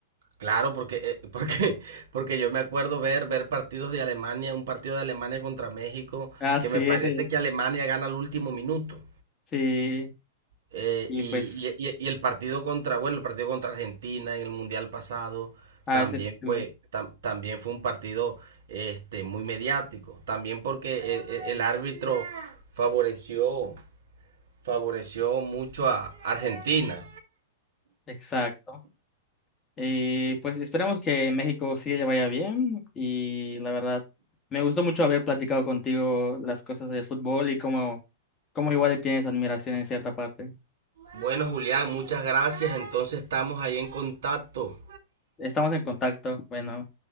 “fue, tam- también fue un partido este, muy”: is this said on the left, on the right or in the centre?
Right